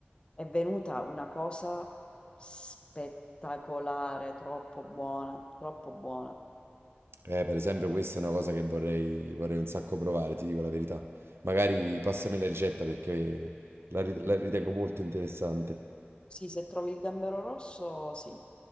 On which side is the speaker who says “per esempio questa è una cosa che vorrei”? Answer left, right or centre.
Right